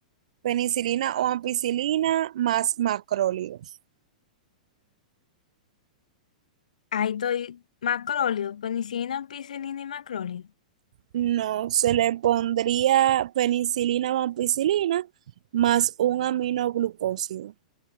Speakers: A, on the right; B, on the left.
A: penicilina o ampicilina más macrólidos.
B: Ahí estoy, macróleo, penicilina, ampicilina y macróleo.
A: No, se le pondría penicilina o ampicilina más un aminoglucósido.